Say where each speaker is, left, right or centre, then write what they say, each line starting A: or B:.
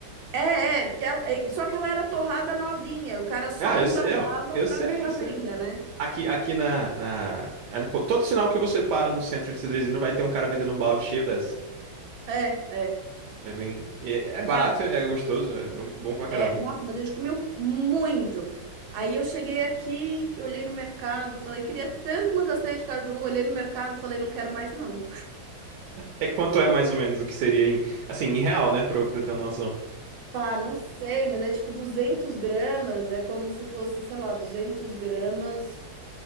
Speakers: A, on the right (about 85°); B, on the right (about 75°).
A: É, é, porque ela- é, só que ela era torrada novinha, o cara só
B: Ah,
A: embalava
B: eu sei, eu, eu
A: pra,
B: sei,
A: pra
B: eu sei,
A: venda,
B: eu sei.
A: né?
B: Aqui, aqui na, na. é, co- Todo sinal que você para no centro de Cedrezinho vai ter um cara vendendo um balde cheio dessa.
A: É, é.
B: É bem. É, é barato,
A: Cara,
B: é gostoso, é bom, bom pra caramba.
A: É, nossa, mas a gente comeu muito. Aí eu cheguei aqui, olhei no mercado, falei, queria tanto uma castanha de caju. Olhei no mercado, falei, não quero mais não.
B: É quanto é mais ou menos o que seria em. Assim, em real, né? Pra, eu- pra eu ter uma noção.
A: Ah, não sei, mas é tipo 200 gramas, é como se fosse, sei lá, 200 gramas,